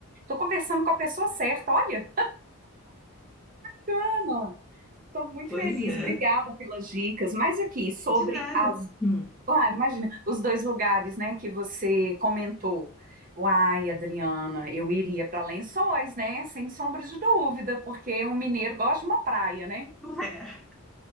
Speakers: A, on the right; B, in the centre.
A: Tô conversando com a pessoa certa, olha, cama. Tô muito
B: pois
A: feliz,
B: é.
A: obrigada pelas dicas. Mas aqui, sobre
B: De nada.
A: as
B: Hum.
A: Ah, imagina, os dois lugares, né, que você comentou. Uai, Adriana, eu iria para Lençóis, né? Sem sombra de dúvida, porque um mineiro gosta de uma praia, né?
B: É.